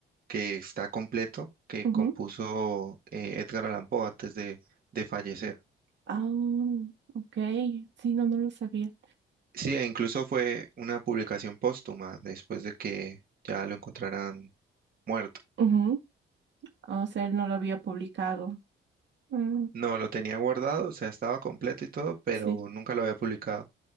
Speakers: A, on the right; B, on the right.
A: que está completo que
B: Ujú.
A: compuso eh, Edgar Allan Poe antes de, de fallecer.
B: Ah, ok. Sí, no, no lo sabía.
A: Sí, e incluso fue una publicación póstuma después de que ya lo encontraran muerto.
B: Ujú. O sea, él no lo había publicado. Mm,
A: No, lo tenía guardado, o sea, estaba completo y todo, pero
B: sí.
A: nunca lo había publicado.